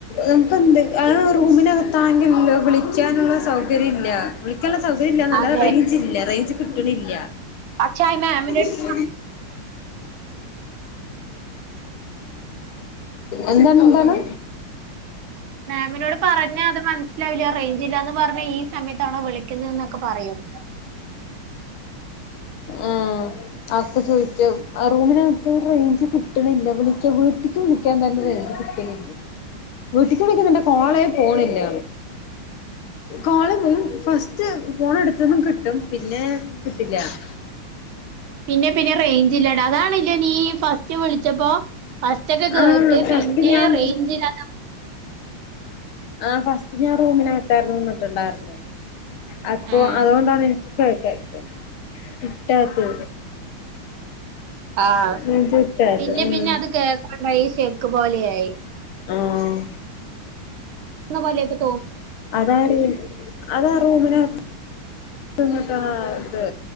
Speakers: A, on the left (about 80°); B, on the right (about 75°).
A: നമുക്ക് എന്ത് അത് റൂമിനകത്താണെങ്കിൽ വിളിക്കാനുള്ള സൗ സൗകര്യ ഇല്ല വിളിക്കാനുള്ള സൗകര്യം ഇല്ലാന്നല്ല
B: അതെ
A: റേഞ്ച് ഇല്ല റേഞ്ച് കിട്ടണില്ല
B: പക്ഷെ ആ മാമിന്റെ അടുത്ത്
A: ഷ എന്താണ് എന്താണ്
B: മാമിനോട് പറഞ്ഞാ അത് മനസ്സിലാവില്ല റേഞ്ച് ഇല്ലാന്ന് പർ നെ ഈ സമയത്താണോ വിളിക്കുന്നെന്നൊക്കെ പറയും
A: ഉം ആക്കെ ചോയിക്കാവും ആഹ് റൂമിനകത്ത് റേഞ്ച് കിട്ട് കിട്ടണില്ല വിളിക്കാ വീട്ടിക്ക് വിളിക്കാൻ തന്നെ റേഞ്ച് കിട്ടണില്ല വീട്ടിക്ക് വളിക്കുന്നുണ്ട് കോളെ പോണില്ല കോള് വ് ഫസ്റ്റ് ഫോൺ എടുത്തന്നും കിട്ടും പിന്നെ <inaudible>
B: പിന്നെ പിന്നെ റേഞ്ച് ഇല്ലാണ്ട് അതാണ് ല്ലേ നീ ഫസ്റ്റ് വിളിച്ചപ്പോ പസ്റ്റൊക്കെ കേട്ട്
A: ആഹ് ഫസ്റ്റ്
B: പിന്നെ
A: ഞാൻ
B: റേഞ്ച് ഇല്ലാ
A: ആഹ് ഫസ്റ്റ് ഞാൻ റൂമിനകത്താരുന്നു നിന്നിട്ടണ്ടായിരുന്നെ അപ്പൊ
B: ഉം
A: അതുകൊണ്ടാണ് എനിക്ക് <unintelligible> കിട്ടാത്ത്
B: ആഹ്
A: റൂം കിട്ടാത്ത്
B: പിന്നെ
A: ഉം
B: പിന്നെ അത് കേൾക്കാണ്ടായി ഷെക്ക് പോലെയായി
A: ആഹ്
B: <unintelligible>
A: അതാരേല് അതാ റൂമിനാ നിന്നിട്ടാ ഇത്